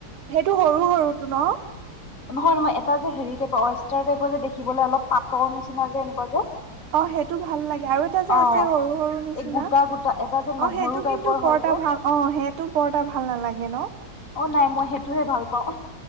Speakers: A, on the right; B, on the left.
A: সেইটো সৰু সৰুটো ন
B: নহয় নহয় এটা যে হেৰি টাইপৰ অৱষ্টাৰ টাইপৰ যে দেখিবলৈ অলপ পাটৰ নিচিনা যে এনেকুৱা যে।
A: অ সেইটো ভাল লাগে আৰু এটা যে
B: অ
A: আছে সৰু সৰু নিচিনা
B: এই গোটা গোটা এটা যে নহৰু
A: অ সেইটো
B: টাইপৰ
A: কিন্তু বৰ্তা
B: হয় যে
A: ভাল, অ সেইটো বৰ্তা ভাল নালাগে ন?
B: অ নাই মই সেইটোহে ভাল পাওঁ।